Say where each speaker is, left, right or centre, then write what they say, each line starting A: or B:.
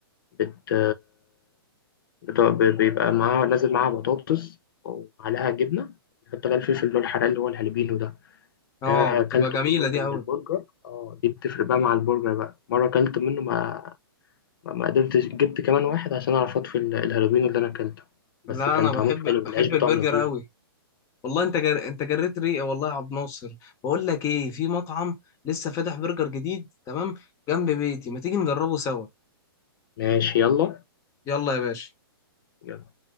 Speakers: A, on the left (about 60°); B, on the left (about 25°).
A: بت بت- ب- بيبقى معاه نازل معاه بطاطس وعليها جبنة بيحط لها الفلفل اللي هو الحراق اللي هو الهالبينو ده
B: اه
A: ده
B: بتبقى
A: أكلته
B: جميله
A: منهم
B: دي
A: جنب
B: قوي
A: البرجر اه دي بتفرق بقى مع البرجر بقى مرة أكلت منه ما ما ما قدرتش جبت كمان واحد عشان أعرف أطفي ال- الهالبينو اللي أنا أكلته بس
B: لا
A: كان
B: انا
A: طعمه
B: بحب
A: حلو
B: بحب
A: العيش بتاعه
B: البرجر
A: نضيف
B: قوي والله انت جر... انت جريت ريقي والله يا عبد ناصر بقول لك ايه في مطعم لسه فاتح برجر جديد تمام جنب بيتي ما تيجي نجربه سوا
A: ماشي يلا
B: يلا يا باشا
A: يلا.